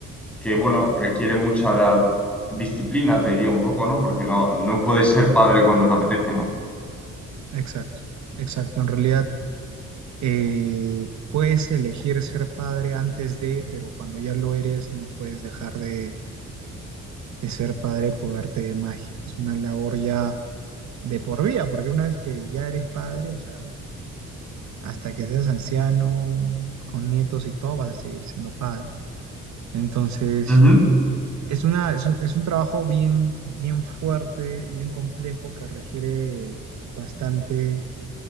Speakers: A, in the centre; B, on the right.
A: que bueno, requiere mucha da- disciplina, te diría un poco, ¿no? Porque no, no puedes ser padre cuando te apetece, ¿no?
B: Exacto, exacto. En realidad, eh, puedes elegir ser padre antes de, pero cuando ya lo eres, no puedes dejar de de ser padre por arte de magia. Es una labor ya de por vida, porque una vez que ya eres padre, o sea, hasta que seas anciano, con nietos y todo, vas a seguir siendo padre. Entonces,
A: Ujú.
B: es una, es, un es un trabajo bien, bien fuerte, bien complejo, que requiere bastante